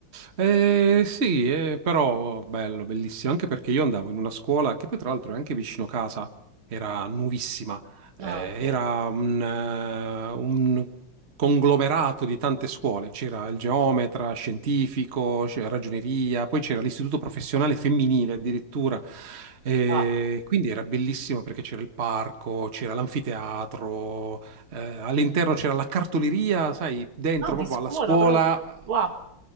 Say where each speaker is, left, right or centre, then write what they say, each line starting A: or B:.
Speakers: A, on the right (about 35°); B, on the right (about 80°).
A: Eh, sì, eh, però bello, bellissimo, anche perché io andavo in una scuola che poi tra l'altro è anche vicino casa, era nuovissima, Eh,
B: Ah, ok.
A: era un, eh, un conglomerato di tante scuole, c'era il geometra, scientifico, c'era ragioneria, poi c'era l'istituto professionale femminile addirittura. Eh,
B: Wow.
A: quindi era bellissimo perché c'era il parco, c'era l'anfiteatro, eh, all'interno c'era la cartoleria, sai, dentro
B: Ah, di
A: proprio
B: scuola
A: alla scuola
B: proprio. Wow.